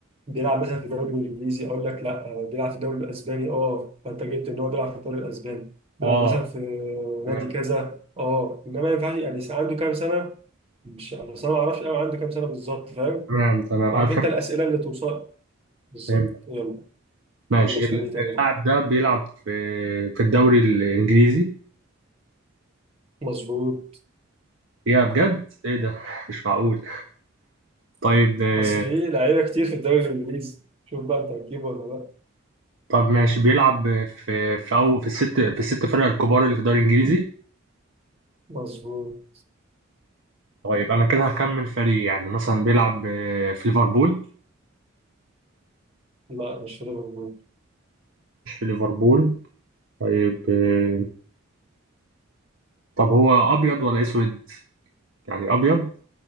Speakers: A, on the right (about 30°); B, on the right (about 65°).
A: بيلعب مثلا في الدوري الانجليزي اقول لك لا آه، بيلعب في الدوري الاسباني اه فانت جبت ان هو بيلعب في الدوري الاسباني بيلعب
B: اه
A: مثلا في
B: تمام
A: نادي كذا اه انما ما ينفعش يعني عنده كام سنة مش بس انا ما اعرفش قوي عنده كام سنه بالظبط فاهم
B: تمام تمام
A: عارف
B: أنا فهمت
A: انت الاسئله اللي توصل بالظبط
B: فهمت
A: يلا
B: ماشي
A: يلا اسالني
B: ال-
A: تاني
B: اللاعب
A: بقى
B: ده بيلعب في في الدوري الإنجليزي
A: مظبوط
B: يا بجد ايه ده <laughs> مش معقول طيب آه،
A: بس في لعيبه كتير في الدوري الانجليزي شوف بقى انت هتجيبه ولا لا
B: طب ماشي بيلعب في في أو في الست في الست فرق الكبار اللي في الدوري الإنجليزي
A: مظبوط
B: طيب انا كده هكمل فريق يعني مثلا بيلعب آه، في ليفربول
A: لا مش في ليفربول
B: مش في ليفربول طيب آه، طب هو ابيض ولا اسود يعني ابيض